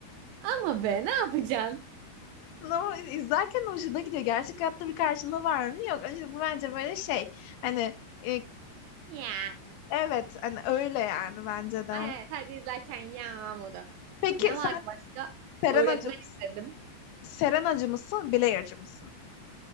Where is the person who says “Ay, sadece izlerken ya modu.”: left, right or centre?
Right